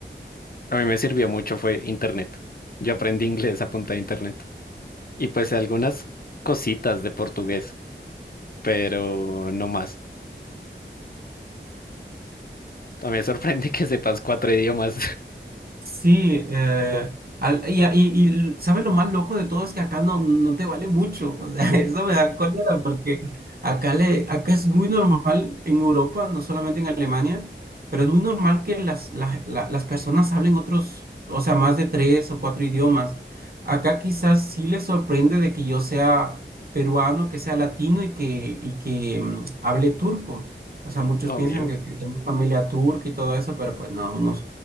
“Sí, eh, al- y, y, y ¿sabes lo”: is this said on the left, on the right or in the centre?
Right